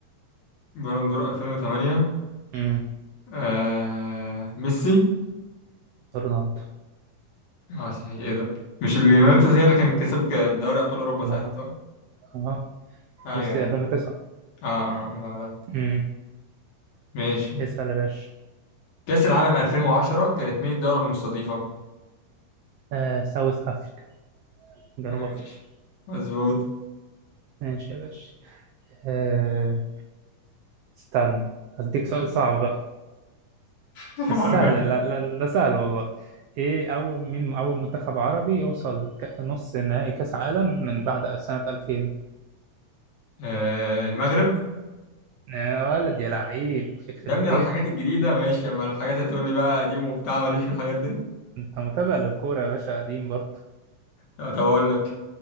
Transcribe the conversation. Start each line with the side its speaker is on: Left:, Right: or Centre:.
Left: بالون دور 2008
Right: امم
Left: آه... ميسي
Right: رونالدو
Left: اه صحيح ايه ده مش اليونايتد هي اللي كانت كسبت دوري ابطال اوروبا
Right: مع
Left: ساعتها صح؟
Right: اه
Left: ايوه
Right: ميسي
Left: ايوه
Right: 2009
Left: اه اه بعدها
Right: امم
Left: ماشي
Right: اسال يا باشا
Left: كأس العالم 2010 كانت مين الدولة المستضيفة؟
Right: آه ساوث افريقيا جنوب
Left: ماشي
Right: أفريقيا
Left: مظبوط
Right: ماشي يا باشا آه، استنى أديك سؤال صعب بقى
Left: <laughs>
Right: بس سهلة لا لا, لا سهل والله إيه أول مين أول منتخب عربي يوصل ك- نص نهائي كأس عالم من بعد سنة 2000
Left: آه، المغرب
Right: يا ولد يا لعيب يخرب
Left: يا ابني لو
Right: بيتك
Left: الحاجات الجديدة ماشي اما الحاجات هتقول لي بقى قديم وبتاع ماليش في الحاجات دي
Right: أنت متابع للكورة يا باشا قديم برضه
Left: لا طب اقول لك